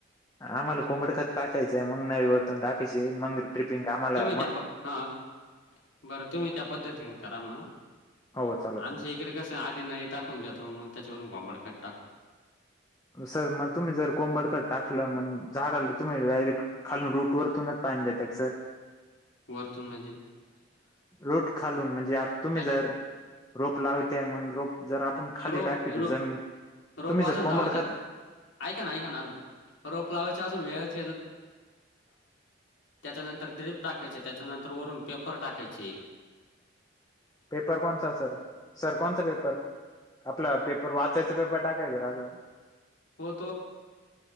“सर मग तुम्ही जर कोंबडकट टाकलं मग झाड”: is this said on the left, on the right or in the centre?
Left